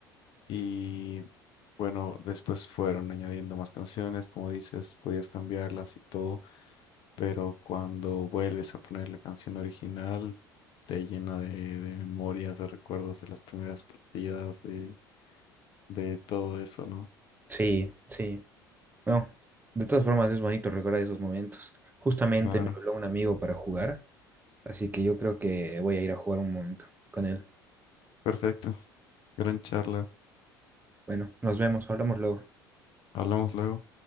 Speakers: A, on the left (about 45°); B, on the right (about 15°).
A: y bueno, después fueron añadiendo más canciones, como dices, podías cambiarlas y todo, pero cuando vuelves a poner la canción original te llena de, de memorias, de recuerdos de las primeras partidas, de, de todo eso, ¿no?
B: Sí, sí. Bueno, de todas formas es bonito recordar esos momentos. Justamente
A: Claro.
B: me habló un amigo para jugar, así que yo creo que voy a ir a jugar un momento con él.
A: Perfecto. Gran charla.
B: Bueno, nos vemos, hablamos luego.
A: Hablamos luego.